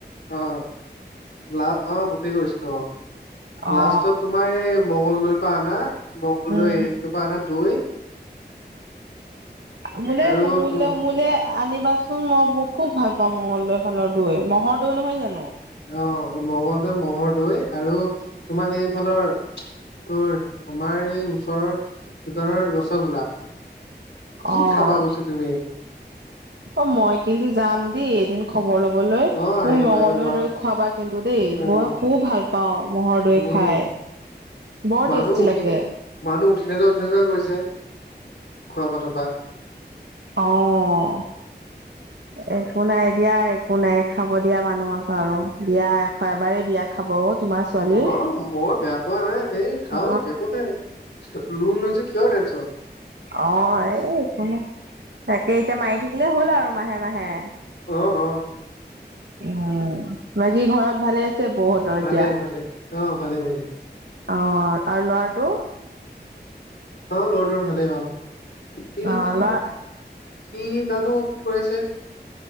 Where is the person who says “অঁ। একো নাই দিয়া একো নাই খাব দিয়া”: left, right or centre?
Right